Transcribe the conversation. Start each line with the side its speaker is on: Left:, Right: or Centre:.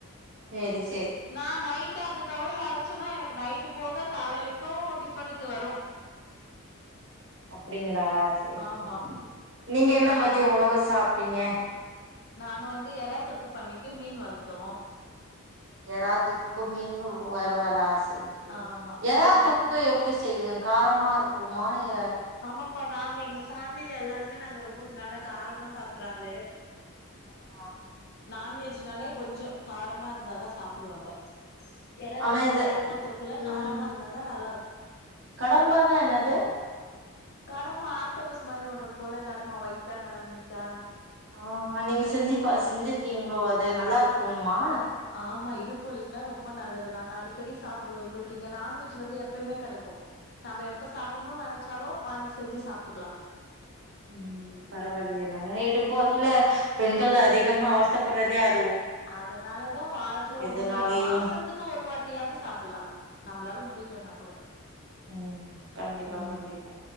Right: சரி சரி
Left: நான் நைட். த்த அந்த தொவையல் அரைச்சன்னா எனக்கு. இப்ப நைட்டு போக காலையிலைக்கும் டிஃபனுக்கு வரும்.
Right: அப்படிங்க ஆ சரி
Left: ஆமா
Right: சரி நீங்க என்ன
Left: நல்லா
Right: மதியம்
Left: இருக்கு
Right: உணவு சாப். டிங்க.
Left: நாங்க வந்து எறா தொக்கு பண்ணிட்டு மீன் வருத்தோம்.
Right: எரா தொக்கு மீன்னு வருவலா ச சரி சரி
Left: ஆமா
Right: எரா
Left: நாங்க
Right: தொக்கு எப்டி செய்விங்க. காரமா இருக்குமா ஏ
Left: ஆமாப்பா நாங்க எங்க ஃபேமில எல்லாருமே நாங்க ரொம்ப நல்லா காரமா சாப்பற ஆளு
Right: ஆமா
Left: நான்வெஜ்னாலே கொஞ்சம் காரமா இருந்தாதான் சாப்டுவாங்க ஏறா
Right: ஆனா
Left: தொக்கு
Right: இது
Left: கடமா தொக்குலா
Right: ம்
Left: காரமா இருந்தாதான் நல்லா இருக்கும்
Right: கடம்பான்னா என்னது
Left: கடம்பா ஆக்டோபஸ் மாரி ஒண்ணு இருக்கும் இல்ல கடம்பா ஒயிட்டா நல்லா நீட்டா
Right: ஆ நீங்க செஞ்சி பா செஞ்சிருக்கீங்களோ அது நல்லா இருக்கும்மா
Left: ஆமா இடு ப்பு வலிக்குலாம் ரொம்ப நல்லது நாங்க அடிக்கடி சாப்படுவோம் எங்களுக்கு இங்க நான்வெஜ் வந்து எப்பயுமே கடைக்கும் நம்ப எப்ப சாப்பணும்னு நெனைச்சாலு வாங்கி செஞ்சி சாப்ட்டுக்கிலாம்
Right: ம் பரவாயில்லையே நாங்காலா இடுப்பு வலில பெண்கள் அதிகமா அவசத்தப்படறதே அ
Left: அதனாலதான் வாரத்துல
Right: எதுனாலயு
Left: ஒண்ணு இல்ல மாசத்துக்கு ஒரு வாட்டியாவது சாப்பலாம் நம்மளால முடியலனா கூட
Right: ம் கண்டிப்பா
Left: ம்
Right: கண்டிப்பா